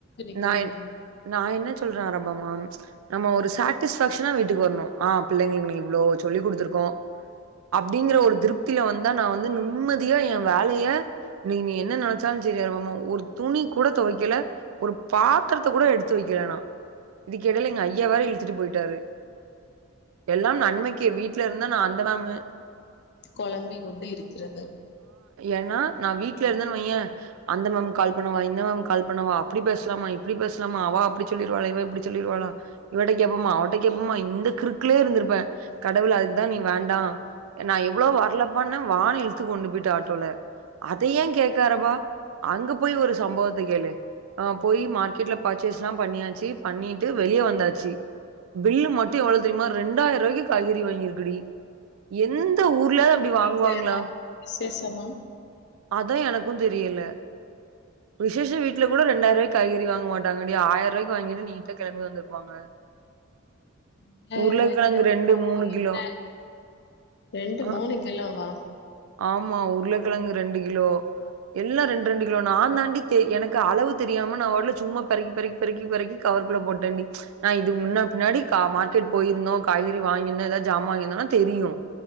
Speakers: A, on the left; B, on the right.
A: நிக்க
B: நா
A: முடியாது
B: நா என்ன சொல்ற <unintelligible> நம்ம ஒரு சட்டிஸ்ஃபேக்ஷனா வீட்டுக்கு வரணு ஆ பிள்ளைங்களுக்கு இன்னிக்கு இவ்ளோ சொல்லி குடுத்துருக்கோ கோ அப்டிங்கிற ஒரு திருப்தில வந்தா நா வந்து நிம்மதியா ஏ வேலைய நீங்க என்ன நெனச்சாலு செரி நம ஒரு துணி கூட தொவைக்கல ஒரு பாத்தரத்த கோட எடுத்து வைக்கல நா இதுக்கெடைல எங்க ஐயா வேற இழுத்துட்டு போய்ட்டாரு எல்லாம் நன்மைக்கே வீட்ல இருந்தா நா அந்த நாப
A: கொழம்பி கொண்டு இருக்கிறது
B: ஏனா நா வீட்ல இருந்தன் வையே அந்த மெம் கால் பண்ணவா இந்த மேம்க்கு கால் பண்ணவா அப்டி பேசலாமா இப்டி பேசலாமா அவா அப்பிடி சொல்லிருவாள இவ இப்பிடி சொல்லிருவாளா இவட்ட கேப்பமா அவட்ட கேப்போமா இந்த கிறுக்கலயே இருந்திருப்ப கடவுள் அதுக்குதா நீ வேண்டா நா எவ்ளோ வர்லப்பான வானு இழுத்து கொண்டு போய்ட்டா ஆட்டோல அத ஏ கேக்காரபா அங்க போய் ஒரு சம்பவத்த கேளு அங் போயி மார்க்கெட்ல பர்ச்சேஸ்லா பண்ணியாச்சு பண்ணிட்டு வெளிய வந்தாச்சு பில்லு மட்டு எவ்ள தெரியுமா ரண்டாயிருவாய்க்கு காய்கறி வாங்கிருக்குடி எந்த ஊர் து அப்டி வாங்குவாங்ளா
A: வீட்ல ஏதோ விசேஷமா
B: அதா எனக்கு தெரியல விசேஷ வீட்ல கூட ரெண்டாயிருவாய்க் காய்கறி வாங்க மாட்டாங்காடி ஆயருவாய்க்கு வாங்கிட்டு நீட்டா கெளம்பி வந்துருப்பாங்க
A: ரெண்டாயிரம்
B: உருளக்கெழங்கு
A: ரூபாய்க்கு அப்பா
B: ரெண்டு மூனு கிலோ
A: என்ன ரெண்டு
B: அ
A: மூணு கிலோவா
B: ஆமா உருள கிழங்கு ரெண்டு கிலோ எல்லா ரெண்ரெண்டு நாந்தாண்டி தெ எனக்கு அளவு தெரியாம நா வாட்ல சும்மா பெரக்கி பெரக்கி பெரக்கி பெரக்கி கவர்குள்ள போட்டேண்டி நா இதுக்கு முன்னா பின்னாடி கா மார்க்கெட் போயிருந்தோ காய்கறி வாங்கிருந்தோ ஏதா ஜாமா வாங்கிந்தோனா தெரியு